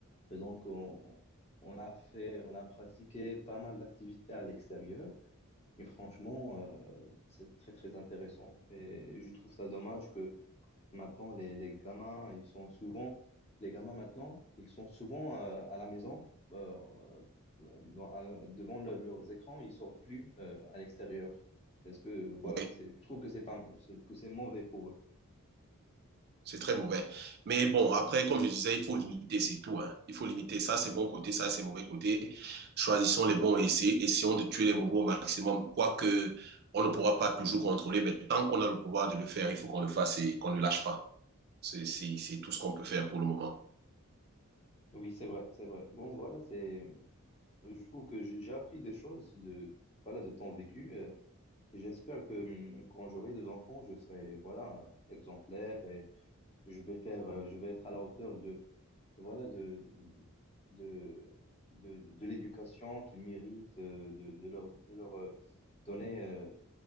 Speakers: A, on the left (about 30°); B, on the right (about 50°).
A: Et donc, on, on a fait, on a pratiqué pas mal d'activités à l'extérieur. Mais franchement, euh, c'est très, très intéressant. Et je trouve ça dommage que. Maintenant, les, les gamins, ils sont souvent, les gamins maintenant, ils sont souvent euh, à la maison, euh, dans- à- devant le- leurs écrans, ils sortent plus euh, à l'extérieur. Parce que voilà,
B: ouais,
A: c'est, je trouve que c'est pas, c'est- que c'est mauvais pour eux.
B: C'est très mauvais. Mais bon, après, comme je disais, il faut limiter, c'est tout. hein. Il faut limiter ça, c'est bon côté, ça, c'est mauvais côté. Choisissons les bons et essayons de tuer les mauvais au maximum. Quoique, on ne pourra pas toujours contrôler, mais tant qu'on a le pouvoir de le faire, il faut qu'on le fasse et qu'on ne lâche pas. C'est c'est- c'est tout ce qu'on peut faire pour le moment.
A: Oui, c'est vrai, c'est vrai. Bon, voilà, c'est, je trouve que j'ai j'ai appris des choses de, voilà, de temps vécu. euh, et j'espère que hum, quand j'aurai des enfants, je serai, voilà, exemplaire et je vais faire, euh, je vais être à la hauteur voilà, de, de, de, de- l'éducation qu'ils méritent, euh, de, de leur, de leur euh, donner euh,